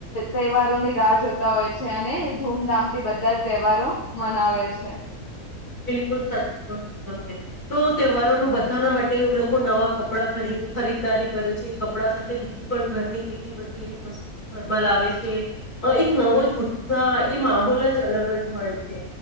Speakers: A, on the left; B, on the left.
A: તહેવારોની રાહ જોતા હોય છે, અને ધૂમધામથી બધા જ તહેવારો મનાવે છે.
B: બિલકુલ સાચું ક છો તમે તો તહેવારો ન બધાના માટે લોકો નવા કપડા ખરીદ ખરીદદારી કરે છે, કપડા સાથે બીજી પણ ઘરની કેટલી બધી એવી વસ્તુ ઘરમાં લાવે છે એક નવો જ ઉત્સાહ એ માહોલ જ અલગ જ હોય છે.